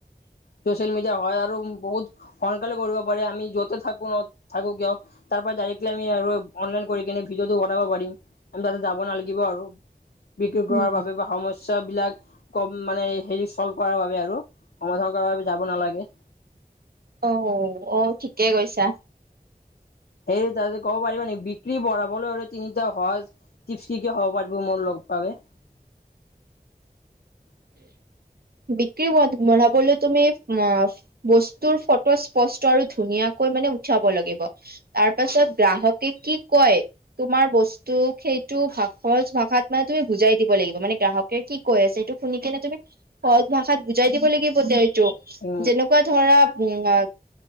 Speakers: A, on the left; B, on the right.
A: চচিয়েল মিডিয়া হয় আৰু বহুত সোনকালে কৰিব পাৰি, আমি য'তে থাক <unintelligible> থাকোঁ কিয়, তাৰপৰা ডাইৰেক্টলি আমি আৰু অনলাইন কৰি ভিডিঅ'টো বনাব পাৰি। আমি তাতে যাব নালাগিব আৰু বিক্ৰী কৰাৰ
B: উম
A: বাবে বা সম স্যাবিলাক কম মানে হেৰি চল্ভ কৰাৰ বাবে আৰু, সমাধান কৰাৰ বাবে আমি যাব নালাগে।
B: অ অ ঠিকেই কৈছা।
A: সেই তাতে ক'ব পাৰিবা নেকি বি ক্ৰী বঢ়াবলৈ হ'লে তিনিটা সহজ টিপছ কি কি হ'ব পাৰিব মোৰ লগ বাবে? <unintelligible>
B: বিক্ৰী ব বঢ়াবলৈ তুমি আ বস্তুৰ ফটো স্পষ্ট আৰু ধুনীয়াকৈ মানে উঠাব লাগিব। তাৰ পাছত গ্ৰাহকে কি কয় তোমাৰ বস্তুক সেইটো ভাষ সহজ ভাষাত মানে তুমি বুজাই দিব লাগিব, মানে গ্ৰাহকে কি কৈ আছে সেইটো শুনি কেনে তুমি সহজ ভাষাত বুজাই দিব লাগিব তেওঁ এইটো
A: উম
B: যেনেকুৱা ধৰা উ আ